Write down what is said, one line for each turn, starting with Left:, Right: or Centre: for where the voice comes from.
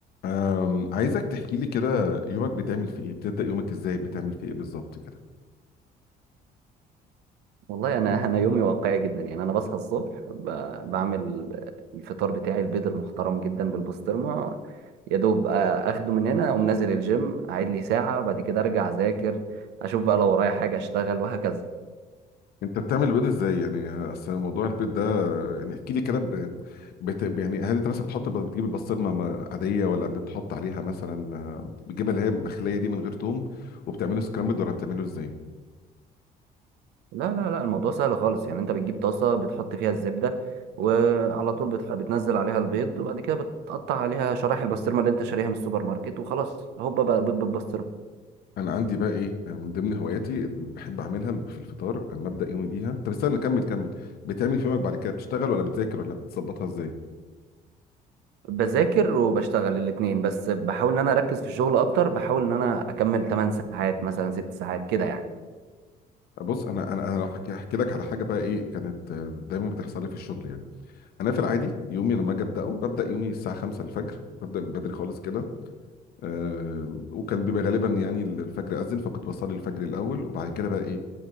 Left: أم، عايزك تحكي لي كده يومك بتعمل فيه ايه بتبدأ يومك ازاي بتعمل فيه ايه بالظبط كده
Right: والله انا انا يومي واقعي جدا يعني انا بصحى الصبح ب- بعمل الفطار بتاعي البيض المحترم جدا بالبسطرمه يا دوب آه، اخده من هنا اقوم نازل الجيم اعيد لي ساعه بعد كده ارجع اذاكر اشوف بقى لو ورايا حاجه اشتغل وهكذا
Left: انت بتعمل البيض ازاي يعني اصل موضوع البيض ده يعني احكي لي كده ب... بت... يعني هل انت مثلا بتحط بتجيب البسطرمه م- عاديه ولا بتحط عليها مثلا آه، بتجيبها اللي هي مخليه دي من غير توم وبتعمله سكرامبل ولا بتعمله ازاي
Right: لا لا لا الموضوع سهل خالص يعني انت بتجيب طاسه بتحط فيها الزبده وعلى طول بتح... بتنزل عليها البيض وبعد كده بتقطع عليها شرايح البسطرمه اللي انت شاريها من السوبر ماركت وخلاص هوبا بقى بيض بالبسطرمه
Left: انا عندي بقى ايه آه، من ضمن هواياتي اللي بحب اعملها في الفطار اما ابدا يومي بيها طب استنى كمل كمل بتعمل في يومك بعد كده بتشتغل ولا بتذاكر ولا بتظبطها ازاي
Right: بذاكر وبشتغل الاتنين بس بحاول ان انا اركز في الشغل اكتر بحاول ان انا اكمل 8 ساعات مثلا 6 ساعات كده يعني
Left: بص انا انا انا لو هحكي هحكي لك على حاجه بقى ايه كانت آه، دايما بتحصل لي في الشغل يعني انا في العادي يومي لما اجي ابداه ببدا يومي الساعه 5 الفجر ببدا من بدري خالص كده أه وكان بيبقى غالبا يعني الفجر اذن فكنت بصلي الفجر الاول وبعد كده بقى ايه